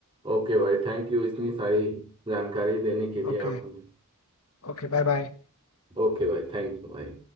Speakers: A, on the right; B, on the left.
A: ओके भाई थैंक यू इतनी सारी जानकारी देने के लिए
B: Okay
A: आपने
B: okay bye bye
A: ओके भाई थैंक यू भाई